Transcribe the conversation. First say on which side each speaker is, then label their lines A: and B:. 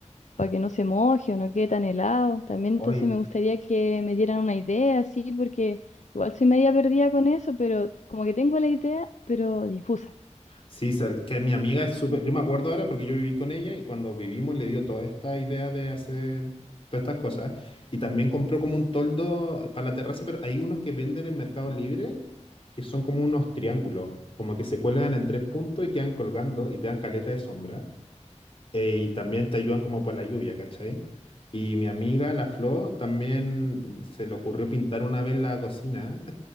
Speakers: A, on the left; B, on the left.
A: para que no se moje o no quede tan helado. También
B: Hoy,
A: entonces me gustaría que me dieran una idea, sí, porque igual soy media perdida con eso, pero como que tengo la idea, pero difusa.
B: sí, sa- que mi amiga es súper, yo me acuerdo ahora porque yo viví con ella y cuando vivimos le dio toda esta idea de hacer todas estas cosas y también compró como un toldo para la terraza, pero hay unos que venden en Mercado Libre que son como unos triángulos, como que se cuelgan en tres puntos y quedan colgando y te dan caleta de sombra eh, y también te ayudan como por la lluvia, ¿cachai? Y mi amiga, la Flo, también se le ocurrió pintar una vez la cocina